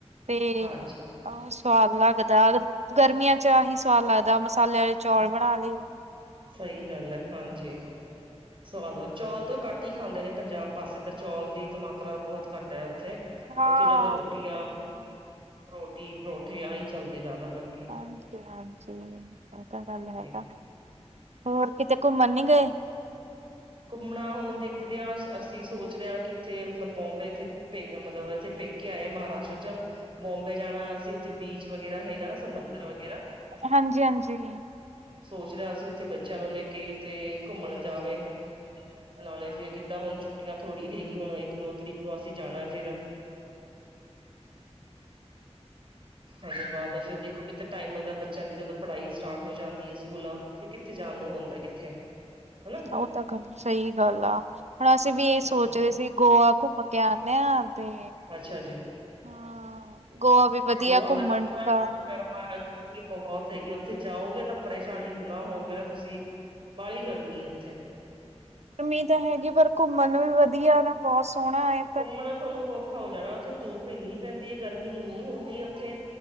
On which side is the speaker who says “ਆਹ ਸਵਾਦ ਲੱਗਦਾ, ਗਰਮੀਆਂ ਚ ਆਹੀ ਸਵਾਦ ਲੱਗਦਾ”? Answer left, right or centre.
Right